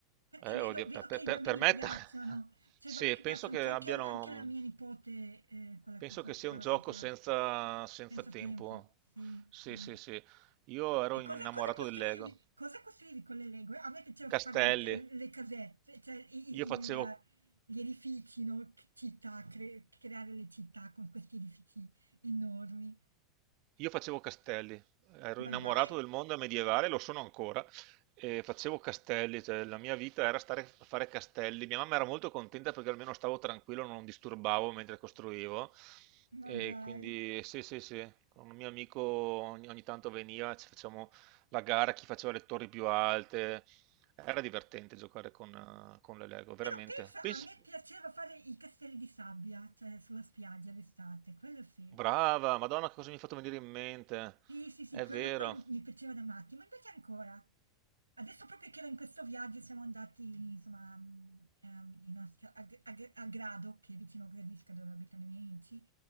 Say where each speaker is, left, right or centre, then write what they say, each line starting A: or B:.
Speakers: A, on the right; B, on the right.
A: Perché
B: Eh,
A: vedo,
B: oddio,
A: vedo
B: per,
A: che
B: per-
A: i
B: per-
A: bambini
B: per me,
A: piacciono,
B: ta- <laughs>
A: cioè
B: sì,
A: i bambini
B: penso
A: piacciono,
B: che
A: c'è anche,
B: abbiano,
A: anche la mia nipote, eh, quella
B: penso
A: che sono,
B: che sia
A: sono
B: un
A: andata
B: gioco
A: a trovare,
B: senza, senza
A: senza
B: tempo.
A: tempo, sì,
B: Sì,
A: sì.
B: sì, sì. Io ero
A: E cosa,
B: innamorato
A: cosa costruivi?
B: del Lego.
A: Cosa costruivi con le Lego? A me piaceva
B: Castelli.
A: fare le, ca- le casette, cioè i-
B: Io
A: i-
B: facevo
A: il- gli edifici, no? C- Città, cre- creare le città con questi edifici enormi.
B: Io facevo castelli, ero
A: Ma
B: innamorato
A: dai!
B: del mondo medievale, lo sono ancora, e facevo castelli, cioè la mia vita era stare a fare castelli. Mia mamma era molto contenta perché almeno stavo tranquillo, non disturbavo mentre costruivo.
A: Ma
B: E
A: dai!
B: quindi sì, sì, sì, con un mio amico ogni, ogni tanto veniva, ci facciamo la gara, chi faceva le torri più alte. Era divertente giocare con, eh, con le Lego, veramente.
A: Però pensa,
B: Pens-
A: a me piaceva fare i castelli di sabbia, cioè sulla spiaggia l'estate, quello sì.
B: Brava, Madonna, che cosa mi hai fatto venire in mente?
A: Sì, sì, sì,
B: È
A: quello
B: vero.
A: quello mi piaceva da matti, ma invece ancora. Adesso proprio che ero in questo viaggio siamo andati, insomma, mhmm, ehm, in una città a G a G a Grado, che è vicino a Gradisca dove abitano i miei amici,